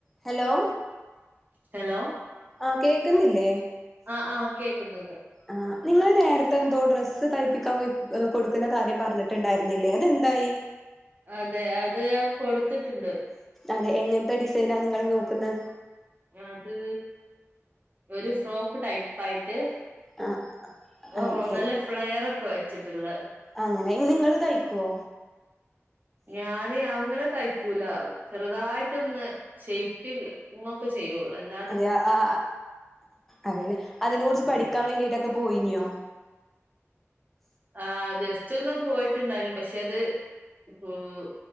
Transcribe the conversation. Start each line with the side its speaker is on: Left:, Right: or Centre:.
Centre: Hello
Right: hello
Centre: ആഹ് കേക്കുന്നില്ലേ
Right: ആഹ് ആഹ് കേക്കുന്നുണ്ട്
Centre: ആഹ് നിങ്ങൾ നേരത്തെ എന്തോ ഡ്രസ്സ് തയ്പ്പിക്കാൻ കൊടുക്കുന്ന കാര്യം പറഞ്ഞിട്ടുണ്ട് ണ്ടായിരുന്നില്ലേ അതെന്തായി
Right: അതെ അത് ഞാൻ കൊടുത്തിട്ടുണ്ട്
Centre: അതെ എങ്ങനത്തെ ഡിസൈനാണ് നിങ്ങൾ നോക്കുന്നെ
Right: അത് ഒരു ഫ്രോക്ക് ടൈപ്പ ആയിട്ട്
Centre: ആ
Right: ഉം
Centre: അതെ
Right: നല്ല ഫ്ലെയറൊക്കെ വെച്ചിട്ടുളെ
Centre: അങ്ങനെ നിങ്ങള് തയ്ക്കുവോ
Right: ഞാന് അങ്ങനെ തയ്ക്കൂല ചെറുതായിട്ടൊന്ന് ഷെയ്പിയ്യ ഇങ്ങൊക്കെ ചെയ്യള്ളൂ അല്ല
Centre: അതെ അ ആ അതെല്ലെ അതിനെ കുറിച്ച്
Right: ചെയ്യൂല
Centre: പഠിക്കാൻ വേണ്ടിട്ടൊക്കെ പോയിഞ്ഞിയോ
Right: ആഹ് ജസ്റ്റ് ഒന്ന് പോയിട്ടുണ്ടായിരുന്നു പക്ഷെ അത് ഉം ഉം